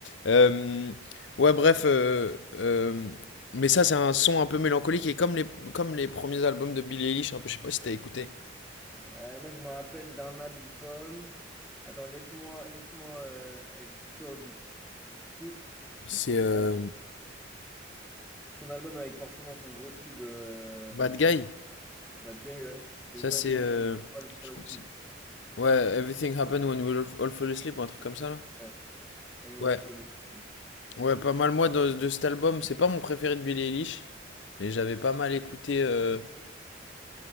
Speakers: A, on the left; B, in the centre.
A: Euh, ouais, bref. euh, euh, mais ça, c'est un son un peu mélancolique et comme les, comme les premiers albums de Billie Eilish, un peu, je sais pas si t'as écouté.
B: Ouais, moi, je me rappelle d'un album. Attends, laisse-moi laisse-moi euh, être sûr du, du titre.
A: C'est euh,
B: Euh, son album avec forcément son gros tube. euh,
A: Bad Guy.
B: Bad Guy, ouais. C'est
A: Ça,
B: When
A: c'est. euh,
B: We All
A: je
B: Fall
A: crois
B: Asleep.
A: que c'est. Ouais, Everything Happened When We All All Fell Asleep ou un truc comme ça, là.
B: Ouais. When We
A: Ouais.
B: All Fall Asleep. ouais.
A: Ouais, pas mal. Moi, de, de cet album, c'est pas mon préféré de Billie Eilish, mais j'avais pas mal écouté. euh,
B: Après, j'ai pas eu. ouais.